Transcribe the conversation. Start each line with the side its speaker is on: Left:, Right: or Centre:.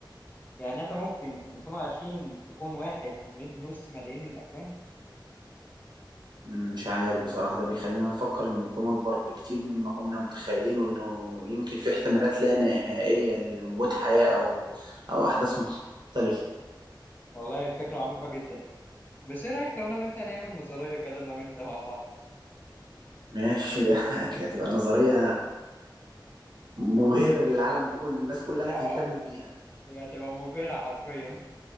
Left: يعني احنا ممكن نكون عايشين في كون واحد من وسط ملايين الأكوان
Right: مم، مش عارف بصراحة ده بيخلينا نفكر إن الكون أكبر بكتير مما كنا متخيلين وإنه يمكن في احتمالات لا نهائية لوجود حياة أو أو أحداث مختلفة
Left: والله فكرة عميقة جدا بس ايه رأيك لو انا وانت هنعمل نظرية كده انا وانت مع بعض
Right: ماشي ده <laughs> هتبقى نظرية مبهرة للعالم كله الناس كلها
Left: اه
Right: تهتم بيها
Left: هي هتبقى مبهرة حرفيا <laughs>